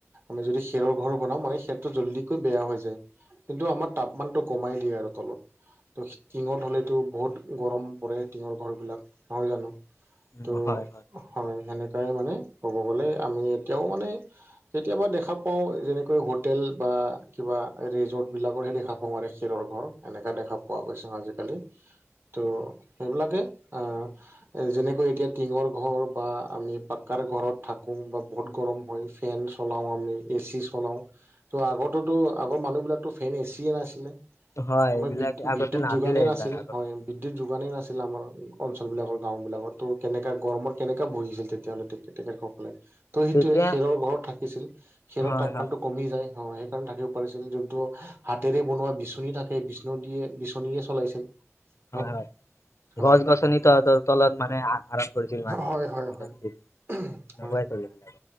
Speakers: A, on the right (about 50°); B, on the left (about 70°).
A: আমি যদি খেৰৰ ঘৰ বনাও, মানে খেৰটো জল্দি কৈ বেয়া হৈ যায়। কিন্তু আমাৰ তাপমানটো কমাই দিয়ে আৰু তলত। তো, টিঙত হ'লেতো বহুত গৰম পৰে, টিঙৰ ঘৰবিলাক নহয় জানো।
B: উম,
A: ত,
B: হয়
A: হয়, সেনেকাই মানে ক'ব গ'লে, আমি এতিয়াও মানে কেতিয়াবা দেখা পাওঁ, যেনেকৈ হোটেল বা কিবা ৰিজৰ্ট বিলাকৰহে দেখা পা <unintelligible> খেৰৰ ঘৰ, এনেকা দেখা পোৱা, গৈছে, আজিকালি। ত, সেইবিলাকে অ, এই, যেনেকৈ এতিয়া টিঙৰ ঘৰ, বা আমি পাক্কাৰ ঘৰত থাকো বা বহুত গৰম হয়, ফেন চলাওঁ, আমি এ, চি চলাওঁ। ত' আগতেতো আগৰ মানুহ বিলাকতো ফেন এ, চিয়ে নাছিলে।
B: হয়
A: আমাৰ
B: এইবিলাক
A: বি-বিদ্যুৎ
B: আগতে নাছিলে
A: যোগানেই
B: এইবিলাক
A: নাছিল,
B: আগত
A: হয়। বিদ্যুৎ যোগানেই নাছিল, আমাৰ অঞ্চলবিলাকৰ গাঁওবিলাকত তো, কেনেকৈ গৰমত কেনেকা ভুজিছিল তেতিয়াহ'লে তে, তেখেতসকলে। ত, সেইটোৱে
B: তেতিয়া
A: খেৰৰ ঘৰত থাকিছিল, খেৰৰ
B: হয়
A: তাপমানটো
B: হয়
A: কমি যায়, অ, সেইকাৰণে থাকিব পাৰিছিল, যোনটো হাতেৰে বনোৱা বিচনী থাকে, বিচণু দিয়ে, বিচনীয়ে চলাইছিল। <inaudible>
B: হয়, হয়,
A: হয়
B: গছ-গছনি ত, তলত মানে আৰাম কৰিছিল, মানে
A: হয় হয় হয়
B: লগাই
A: হয়
B: চলিছিলে,